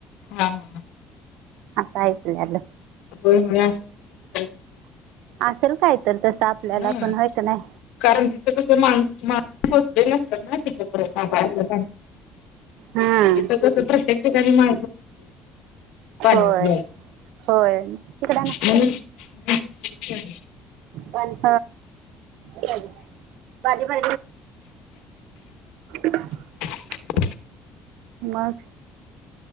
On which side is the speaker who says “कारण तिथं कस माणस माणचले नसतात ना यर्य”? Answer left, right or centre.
Left